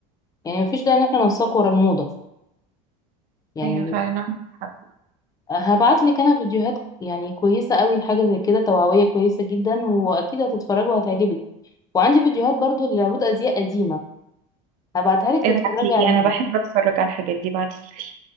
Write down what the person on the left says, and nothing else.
يعني مفيش داعي إن احنا ننساق ورا الموضة يعني
هبعت لك أنا فيديوهات يعني كويسة قوي لحاجة زي كده توعوية كويسة جدا وأكيد هتتفرجي وهتعجبك وعندي فيديوهات برضو لعروض أزياء قديمة هبعتها لك
تتفرجي عليها